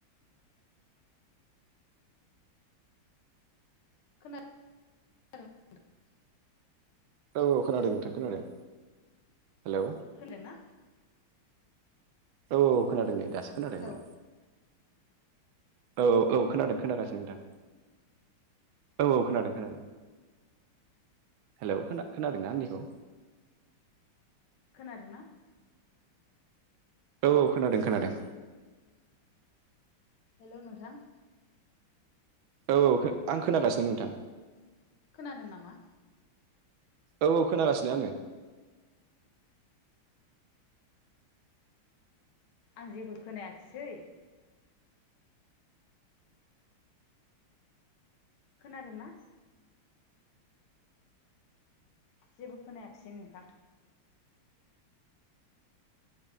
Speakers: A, on the left; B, on the right.
A: खोना <unintelligible>
B: औ औ खोनादों नोंथां खोनादों। हेलौ
A: खोनादोंना?
B: औ औ खोनादों नै दासो खोनादोंमोन।
A: हेलौ
B: औ औ खोनादों खोनागासिनो नोंथां। औ खोनादों खोनादों। हेलौ खोना-खोनादोंना आंनिखौ?
A: खोनादोंना?
B: औ खोनादों खोनादों।
A: हेलौ नोंथां।
B: औ औ आं खोनागासिनो नोंथां।
A: खोनादों नामा?
B: औ औ खोनागासिनो आङो।
A: आं जेबो खोनायाखिसै। खोनादोंना? जेबो खोनायाखैसै नोंथां।